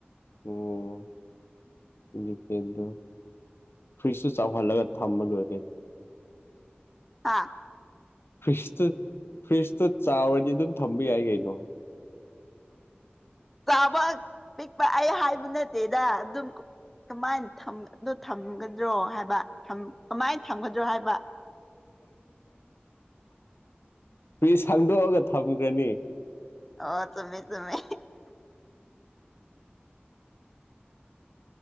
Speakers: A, on the left; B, in the centre.
A: ꯑꯣ ꯏꯂꯤꯐꯦꯟꯗꯣ꫰ ꯐ꯭ꯔꯤꯖꯇꯨ ꯆꯥꯎꯍꯜꯂꯒ ꯊꯝꯕ ꯂꯣꯏꯔꯦ ꯀꯩꯅꯣ꯫
B: ꯑꯥ
A: ꯐ꯭ꯔꯤꯖꯇꯨ ꯐ꯭ꯔꯤꯖꯇꯨ ꯆꯥꯎꯔꯗꯤ ꯑꯗꯨꯝ ꯊꯝꯕ ꯌꯥꯏ ꯀꯩꯅꯣ꯫
B: ꯆꯥꯕ ꯄꯤꯛꯄ ꯑꯩ ꯍꯥꯏꯕ ꯅꯠꯇꯦꯗ ꯑꯗꯨꯝ꫰ ꯀꯃꯥꯏꯅ ꯊꯝꯒ ꯗꯣ ꯊꯝꯒꯗ꯭ꯔꯣ ꯍꯥꯏꯕ ꯊꯝ ꯀꯃꯥꯏ ꯊꯝꯒꯗ꯭ꯔꯣ ꯍꯥꯏꯕ꯫
A: ꯐꯔꯤꯖ ꯍꯪꯗꯣꯛꯑꯥꯒ ꯊꯝꯒꯔꯅꯤ꯫
B: ꯑꯣ ꯆꯨꯝꯃꯦ ꯆꯨꯝꯃꯦ꯫